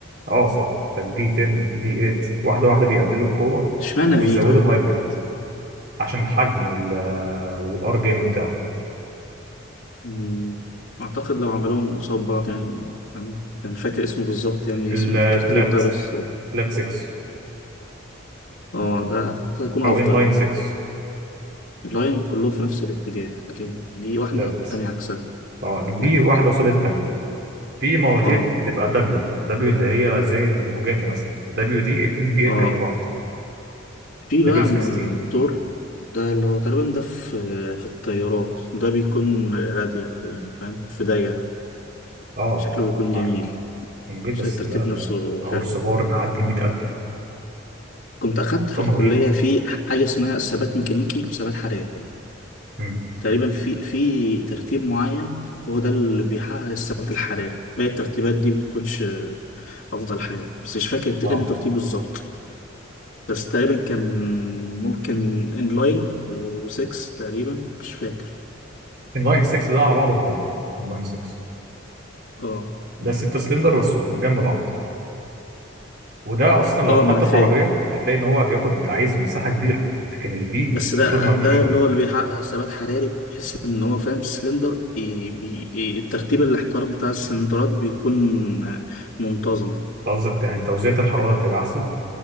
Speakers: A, on the right; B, on the left.
A: اه صح كان في 10 في 8 واحده واحده بيقللوا القوه
B: اشمعنى
A: ويزودوا
B: في طيب؟
A: الهايبريد عشان الحجم وال والار بي ام بتاعه
B: مم. أعتقد لو عملوهم قصاد بعض يعني أنا كان فاكر اسمه بالظبط يعني
A: الفلات
B: اسم الترتيب ده بس
A: فلات 6
B: اه ده هيكون
A: او
B: أفضل
A: ان لاين
B: يعني
A: 6
B: اللاين كلهم في نفس الاتجاه لكن دي واحدة
A: فلات
B: التانية عكسها
A: اه الفي
B: لا
A: واحده قصاد الثانيه في مواتير
B: اه
A: بتبقى دبليو دبليو اللي هي زي البوجاتي مثلا دبليو دي 2 في 8
B: اه
A: جنب بعض
B: في
A: دبليو
B: بقى م-
A: 16
B: موتور ده اللي هو تقريبا ده في في الطيارات ده بيكون راديال يعني فاهم في دايرة
A: اه
B: شكله بيكون
A: عارف
B: جميل
A: جميل بس
B: شكل الترتيب
A: ده
B: نفسه
A: ده ده
B: حلو
A: هورس باور معدي ال 100000
B: كنت أخدت
A: ارقام
B: في الكلية
A: غريبه
B: في حاجة اسمها ثبات ميكانيكي وثبات حراري
A: امم
B: تقريبا في في ترتيب معين هو ده اللي بيحقق الثبات الحراري باقي الترتيبات دي بتكونش أفضل حاجة بس مش فاكر إيه
A: اه
B: الترتيب بالظبط بس تقريبا كان ممكن انلاين و6 تقريبا مش فاكر
A: ان لاين 6 ده على بعضه موتور ان لاين 6
B: اه
A: ده ست سلندر بس جنب بعض وده اصلا لو
B: اه
A: اتحط
B: ما انا فاهم
A: في عربيه هتلاقي ان هو بياخد عايز مساحه كبيره لكن الفي
B: بس ده
A: موتور ملوم
B: ده
A: شويه
B: اللي هو اللي بيحقق ثبات حراري بحيث ان هو فاهم سلندر إيه بي إيه الترتيب الاحتراق بتاع السلندرات بيكون منتظم
A: قصدك يعني توزيعة الحراره تبقى احسن